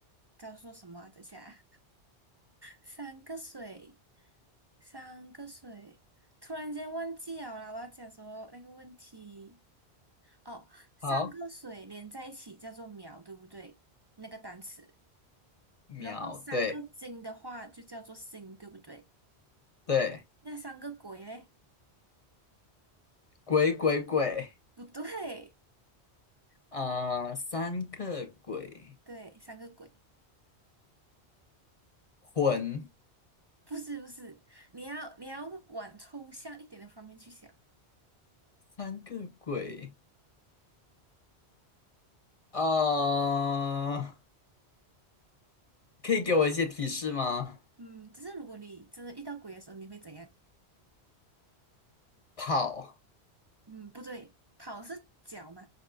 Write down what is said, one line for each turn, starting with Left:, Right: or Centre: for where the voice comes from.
Right: 叫做什么啊等一下啊三个水，三个水，突然间忘记了啦，我要讲什么那个问题？哦，三个水连在一起叫做苗，
Left: 好，
Right: 对不对？那个单词，
Left: 秒，
Right: 然后三个金的话就叫做星，
Left: 对
Right: 对不对？
Left: 对，
Right: 那三个鬼嘞？
Left: 鬼鬼鬼，
Right: 不对，
Left: 啊、三个鬼，
Right: 对，三个鬼，
Left: 魂，
Right: 不是不是，你要你要往抽象一点的方面去想。
Left: 三个鬼，呃，可以给我一些提示吗？
Right: 嗯，就是如果你真的遇到鬼的时候，你会怎样？
Left: 跑，
Right: 嗯，不对，跑是脚嘛，